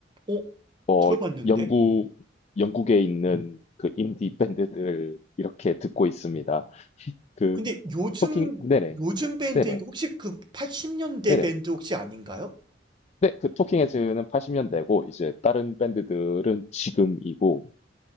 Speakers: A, on the right (about 25°); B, on the left (about 35°).
A: 어,
B: 어
A: 들어봤는데?
B: 영국 영국에 있는 그 인디 밴드들 이렇게 듣고 있습니다. 그
A: 근데 요즘,
B: 토킹 네네.
A: 요즘 밴드인,
B: 네네.
A: 혹시 그 80년대
B: 네네.
A: 밴드 혹시 아닌가요?
B: 네, 그 토킹 헤즈는 80년대고 이제 다른 밴드들은 지금이고